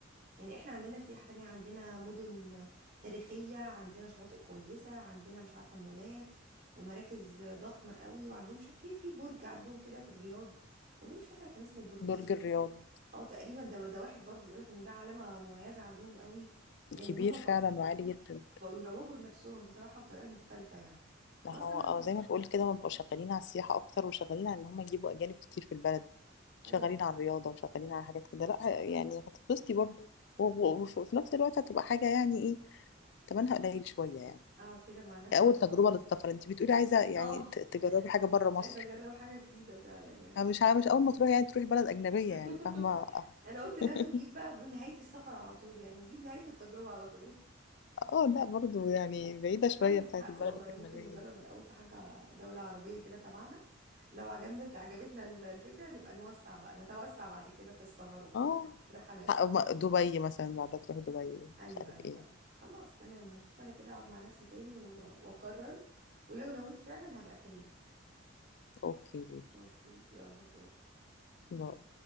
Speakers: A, on the right; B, on the left.
A: يعني احنا عندنا سياحة تانية عندنا مدن تاريخية عندنا شواطئ كويسة عندنا مش عارفة مولات ومراكز ضخمة قوي وعندهم مش عارفة في في برج عندهم كده في الرياض والله مش فاكرة كان اسمه برج
B: برج
A: ايه
B: الرياض
A: اه تقريبا ده ده واحد برضو بيقولك ان ده علامة مميزة عندهم قوي يعني
B: كبير
A: ان هم
B: فعلا
A: بقوا
B: وعالي جدا
A: يروجوا لنفسهم بصراحة بطريقة مختلفة يعني
B: ما
A: خلاص
B: هو
A: انا
B: اه زي ما بقول كده هم بيبقوا شغالين على السياحة أكتر وشغالين على إن هم يجيبوا أجانب كتير في البلد شغالين
A: ايوه
B: على الرياضة وشغالين على حاجات كده لا يعني هتتبسطي برضه و- و-
A: خلاص
B: وف- وفي نفس الوقت هتبقى حاجة يعني إيه تمنها قليل شوية يعني
A: اقعد كده مع نفسي
B: أول
A: كده
B: تجربة
A: و-
B: للسفر أنت بتقولي عايزة يعني
A: اه
B: ت- تجربي حاجة بره مصر
A: عايزة اجرب حاجة جديدة فعلا يعني
B: مش عا- مش أول ما تروحي يعني تروحي بلد أجنبية يعني
A: <laughs>
B: فاهمة
A: انا قلت ناخد
B: <laughs>
A: جيب بقى بنهاية السفر على طول يعني نجيب نهاية التجربة على طول <laughs>
B: اه لا برضه يعني
A: لا
B: بعيدة
A: دي
B: شوية
A: عندك
B: بتاعت
A: حق
B: البلد
A: والله
B: الأجنبية
A: ممكن نجرب
B: دي
A: الاول في حاجة دولة عربية كده تبعنا لو عجبنا عجبتنا ال- الفكرة نبقى نوسع بقى نتوسع بعد كده في السفر وفي
B: اه
A: الرحلات
B: دبي مثلا بعد تروح دبي
A: ايوه
B: مش عارف
A: ايوه
B: ايه
A: أيوة. خلاص تمام هشوف انا كده اقعد مع نفسي تاني و- واقرر ولو نويت فعلا هبقى اكلم
B: اوكي
A: اوكي يلا باي
B: باي.